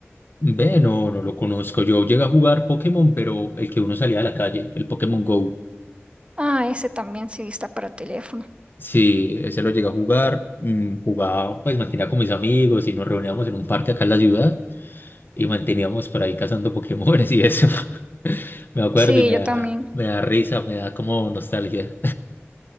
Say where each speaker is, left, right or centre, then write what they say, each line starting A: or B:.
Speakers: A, on the left; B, on the right.
A: Ve, no, no lo conozco. Yo llegué a jugar Pokémon, pero el que uno salía a la calle, el Pokémon Go.
B: Ah, ese también sí está para teléfono.
A: Sí, ese lo llegué a jugar. mm, Jugaba, pues mantenía con mis amigos y nos reuníamos en un parque acá en la ciudad y manteníamos por ahí cazando <laughs> Pokémones y eso. <laughs> Me acuerdo
B: Sí,
A: y me
B: yo
A: da,
B: también.
A: me da risa, me da como nostalgia.